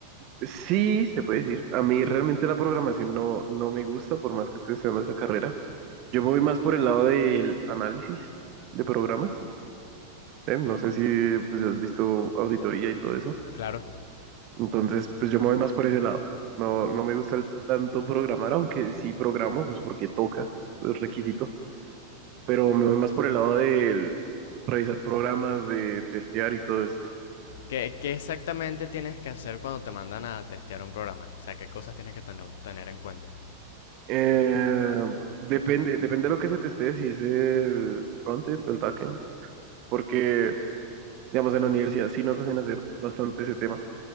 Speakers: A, on the right; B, on the left.
A: sí, se puede decir. A mí realmente la programación no, no me gusta, por más que estoy estudiando esa carrera. Yo me voy más por el lado del análisis de programas. ¿sí? No sé si pues, has visto auditoría y todo eso.
B: Claro.
A: Entonces, pues yo me voy más por ese lado. No, no me gusta el- tanto programar, aunque sí programo, pues porque toca, eso es requisito, pero me voy más por el lado de revisar programas, de testear y todo esto.
B: ¿Qué, qué exactamente tienes que hacer cuando te mandan a testear un programa? O sea, ¿qué cosas tienes que tener, tener en cuenta?
A: Eh, depende, depende de lo que se testee, si es el frontend o el backend, porque, digamos, en la universidad sí nos hacen hacer bastante ese tema